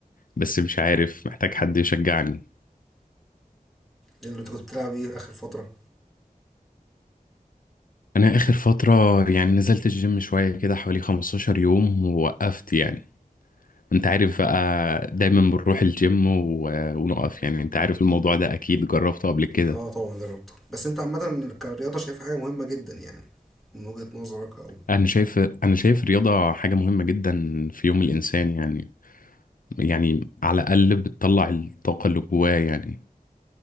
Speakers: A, on the left (about 70°); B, in the centre.
A: بس مش عارف محتاج حد يشجعني
B: إيه اللي انت كنت بتلعب ايه اخر فتره
A: انا اخر فترة يعني نزلت الجيم شوية كده حوالي 15 يوم ووقفت يعني انت عارف بقى دايما بنروح الجيم و... ونقف يعني انت عارف الموضوع ده اكيد جربته قبل كده
B: اه طبعا جربته بس انت عامه كرياضه شايف حاجه مهمه جدا يعني من وجهه نظرك او
A: انا شايف انا شايف الرياضة حاجة مهمة جدا في يوم الانسان يعني يعني على الأقل بتطلع الطاقة اللي جواه يعني